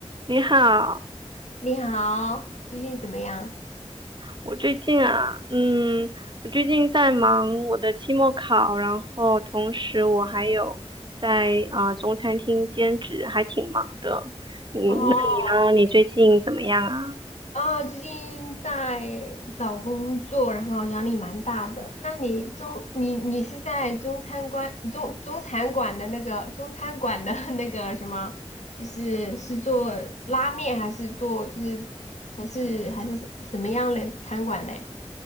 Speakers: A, on the right; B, on the left.
A: 你好，
B: 你好，最近怎么样？
A: 我最近啊，嗯，我最近在忙我的期末考，然后同时我还有在啊、呃中餐厅兼职，还挺忙的。你那你呢？
B: 哦，
A: 你最近怎么样啊？
B: 啊，最近在找工作，然后压力蛮大的。那你中你你是在中餐馆中中餐馆的那个中餐馆的 <laughs> 那个什么，就是是做拉面还是做就是还是还是什什么样的餐馆嘞？